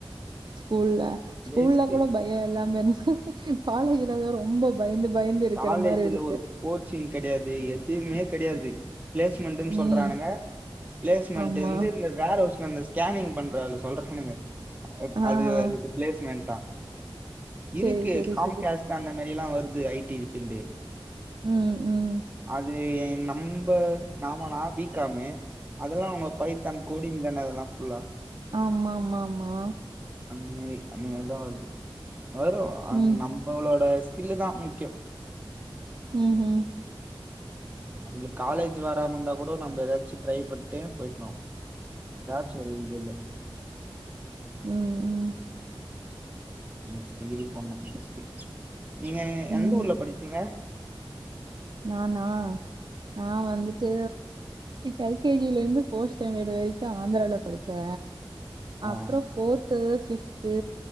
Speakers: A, on the right; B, on the right.
A: <inaudible> ஸ்கூல்ல ஸ்கூல்ல
B: வேஸ்ட்டு
A: கூட பயோ இல்லாம இருந்த காலேஜ்லதா ரொம்ப பயந்து பயந்து இருக்கற
B: காலேஜ்ல
A: மாரி இருக்கு
B: ஒரு கோச்சிங் கெடையாது எதுவுமே கெடையாது பிளேஸ்மெண்ட்ன்னு
A: ம்.
B: சொல்றானுங்க பிளேஸ்மெண்ட்
A: ஆமா.
B: வந்து இந்த வேற ந்த ஸ்கேனிங் பண்றல அதுல சொல்றானுங்க அது
A: ஆஹா.
B: அதுக்கு பிளேஸ்மெண்டா
A: சரி,
B: இருக்கு
A: சரி,
B: காம்
A: சரி.
B: கேஸ்ட் அந்தம் மெரில்லா வருது ஐடி ஃபீல்டு
A: ம், ம்.
B: அது ஏ என் நம்ப நாம நா பீ காம்மு அதெல்லா அவங்க பை தான் கோடிங் தான ஃபுல்லா
A: ஆமா மா மா
B: <unintelligible> அந்த மாரி தா வருது வரும்
A: ம்.
B: நம்பளோட இல்லதா முக்யோ
A: உம் உம்
B: நம்ளுக்கு காலேஜ் வராம இருந்தா கூடோ நம்ம ஏதாச்சு ட்ரை பன்டு போயிட்ணு எதாச்சு ஒரு இதுல
A: உம் உம்
B: முச்சுட் டிகிரி போனு ஃபர்ஸ்ட்டு நீங்க
A: ம்.
B: எந்த ஊர்ல படிச்சீங்க
A: நானா நா வந்துட்டு எல்கேஜில இருந்து ஃபோர்த் ஸ்டாண்டர்ட் வரைக்கு ஆந்தரால படிச்சே
B: ஆ
A: அப்ரோ ஃபோர்த்து பிஃப்த்து